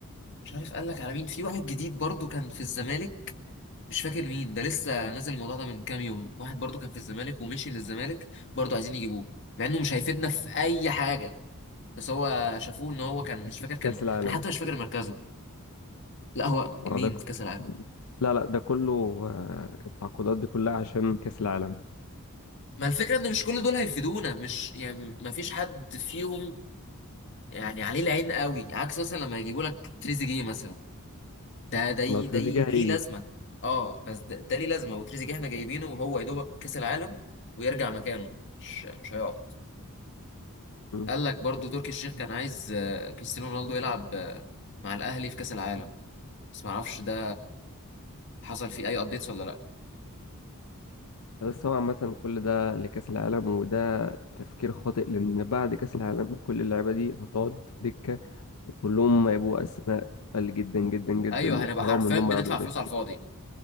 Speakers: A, on the left; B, on the left.
A: مش عارف قال لك على مين في واحد جديد برضو كان في الزمالك مش فاكر مين ده لسه نازل الموضوع ده من كام يوم واحد برضو كان في الزمالك ومشي للزمالك برضو عايزين يجيبوه مع انه مش هيفيدنا في اي حاجه بس هو شافوه ان هو كان مش فاكر كان
B: كأس العالم
A: انا حتى مش فاكر مركزه لا هو
B: اه
A: مين
B: ده ك-
A: في كاس العالم
B: لا لا ده كله آه، التعاقدات دي كلها عشان كأس العالم
A: ما الفكره ان مش كل دول هيفيدونا مش يعني ما فيش حد فيهم يعني عليه العين قوي عكس مثلا لما يجيبوا لك تريزيجيه مثلا ده ده ي-
B: لو تريزيجيه
A: ده ي- ليه
B: هيجي
A: لازمه اه بس ده, ده ليه لازمه وتريزيجيه احنا جايبينه وهو يا دوبك كاس العالم ويرجع مكانه مش مش هيقعد
B: مم.
A: قال لك برضو تركي الشيخ كان عايز آه، كريستيانو رونالدو يلعب آه، مع الاهلي في كاس العالم بس ما اعرفش ده حصل فيه اي ابديتس ولا لا
B: بس هو عامة كل ده لكأس العالم وده تفكير خاطئ لأن بعد كأس العالم كل اللعيبة دي هتقعد دكة وكلهم هيبقوا أسماء تقل جدا جدا جدا
A: ايوه
B: وحرام
A: هنبقى حرفيا
B: إنهم
A: بندفع
B: يقعدوا دكة
A: فلوس على الفاضي